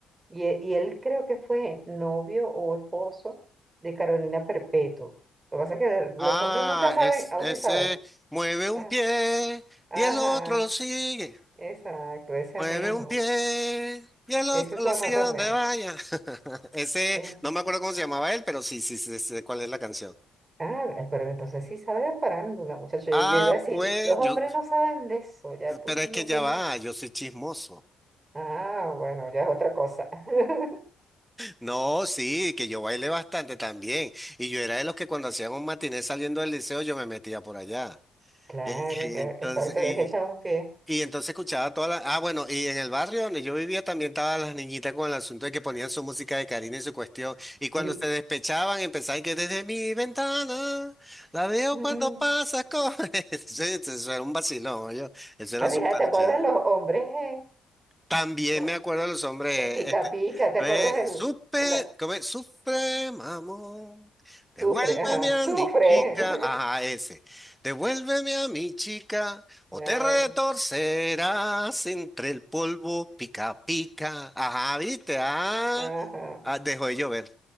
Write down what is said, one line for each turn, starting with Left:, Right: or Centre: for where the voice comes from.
Right: Y, e- y él creo que fue novio o esposo de Carolina Perpetuo. Lo que pasa es que
Centre: Ah,
Right: los hombres nunca saben,
Centre: es,
Right: o
Centre: ese
Right: sí saben.
Centre: mueve un
Right: Ah,
Centre: pie
Right: ajá,
Centre: y el otro lo sigue.
Right: exacto, ese
Centre: Mueve
Right: mismo.
Centre: un pie y el otro
Right: Ese sonó
Centre: lo sigue
Right: también.
Centre: donde vaya. <laughs> Ese,
Right: Ese.
Centre: no me acuerdo cómo se llamaba él, pero sí, sí, sí, sé cuál es la canción.
Right: Ah, mira, pero entonces sí sabe de farándula, muchacho. Yo,
Centre: Ah,
Right: yo iba a decir,
Centre: pues
Right: los
Centre: yo,
Right: hombres no saben de eso, ya tú
Centre: pero es
Right: no
Centre: que ya
Right: tú-
Centre: va, yo soy chismoso.
Right: Ah, bueno, ya es otra cosa. <laughs>
Centre: No, sí, que yo bailé bastante también. Y yo era de los que cuando hacían un matiné saliendo del liceo, yo me metía por allá.
Right: Claro,
Centre: Eh, <laughs> eh,
Right: que,
Centre: Entonces,
Right: que sabe que
Centre: y,
Right: hay que echar un pie.
Centre: Y entonces escuchaba todas las... Ah, bueno, y en el barrio donde yo vivía también estaban las niñitas con el asunto de que ponían su música de Karina y su cuestión. Y cuando
Right: Y,
Centre: se despechaban empezaban que desde mi ventana la veo
Right: <laughs>
Centre: cuando pasas con... <laughs> Eso, eso era un vacilón, yo. Eso era
Right: ah, mira,
Centre: súper
Right: ¿te acuerdas
Centre: chévere.
Right: los hombres?
Centre: También
Right: eh?
Centre: me acuerdo de los hombres,
Right: El pica
Centre: este,
Right: pica, ¿te acuerdas?
Centre: eh,
Right: El,
Centre: supe,
Right: el a-
Centre: ¿cómo es? Sufre, mamón, devuélveme
Right: sufre, ajá,
Centre: a
Right: sufre.
Centre: mi chica,
Right: <laughs>
Centre: ajá, ese, devuélveme a mi chica, o
Right: Claro,
Centre: te retorcerás entre el polvo pica pica, ajá, viste, ah,
Right: ajá.
Centre: ah, dejó de llover,